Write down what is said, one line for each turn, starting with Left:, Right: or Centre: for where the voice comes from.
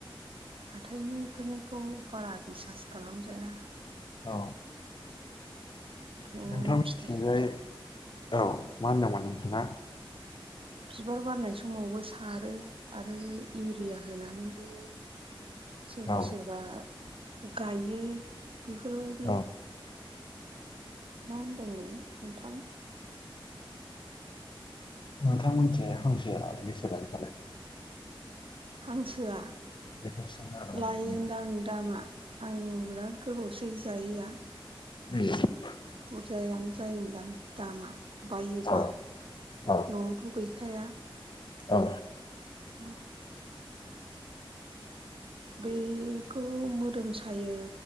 Right: हाथायनिफोरनिखौ बारा बिसास खालामजाया।
Left: औ
Right: ओंखायनो
Left: नोंथांमोननिथिंजाय
Right: फिथाइ
Left: औ मा होनदोंमोन नोंथाङा?
Right: बिबार बारनाय समावबो सारो आरो इउरिया होनानैबो <inaudible> सोरबा
Left: औ
Right: सोरबा गायो बेफोरबायदि
Left: औ
Right: मा होनदोंमोन नोंथां?
Left: नोंथांमोनथिंजाय हांसोआ बेसे लायो फालाय?
Right: हांसोआ
Left: बेखौ सोंनो हागौमोन
Right: लायोनदां दामा। आं बिराद गोबावसै जायिआ।
Left: <unintelligible>
Right: बुरजायानो जायोनदां दामा बायोब्ला।
Left: आं औ औ
Right: न'आवथ' गैखाया।
Left: औ
Right: औ बेखौ मोदोम सायो।